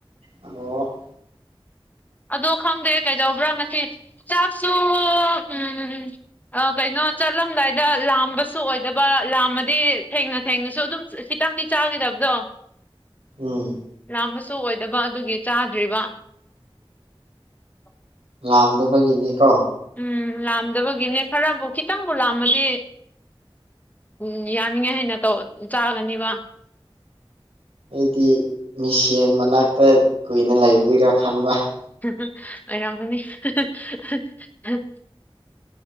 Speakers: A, on the right; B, on the left.
A: ꯑꯣ
B: ꯑꯗꯣ ꯈꯪꯗꯦ ꯀꯩꯗꯧꯕ꯭ꯔꯥ ꯉꯁꯤ ꯆꯥꯛꯁꯨ ꯎꯝ ꯑ ꯀꯩꯅꯣ ꯆꯠꯂꯝꯗꯥꯏꯗ ꯂꯥꯝꯕꯁꯨ ꯑꯣꯏꯗꯕ ꯂꯥꯝꯃꯗꯤ ꯊꯦꯡꯅ ꯊꯦꯡꯅꯁꯨ ꯑꯗꯨꯝ ꯈꯤꯇꯪꯗꯤ ꯆꯥꯒꯗꯕꯗꯣ
A: ꯎꯝ
B: ꯂꯥꯝꯕꯁꯨ ꯑꯣꯏꯗꯕ ꯑꯗꯨꯒꯤ ꯆꯥꯗ꯭ꯔꯤꯕ <inaudible>
A: ꯂꯥꯝꯗꯕꯒꯤꯅꯦ ꯀꯣ
B: ꯎꯝ ꯂꯥꯝꯗꯕꯒꯤꯅꯦ ꯈꯔꯕꯨ ꯈꯤꯇꯪꯕꯨ ꯂꯥꯝꯃꯗꯤ ꯎꯝ ꯌꯥꯅꯤꯡꯉꯦ ꯍꯥꯏꯅ ꯇꯧ ꯆꯥꯒꯅꯤꯕ
A: ꯑꯩꯗꯤ ꯃꯤꯁꯦꯟ ꯃꯅꯥꯛꯇ ꯀꯨꯏꯅ ꯂꯩꯕꯒꯤꯔꯥ ꯈꯟꯕ
B: <unintelligible> ꯑꯣꯏꯔꯝꯒꯅꯤ <unintelligible> <unintelligible>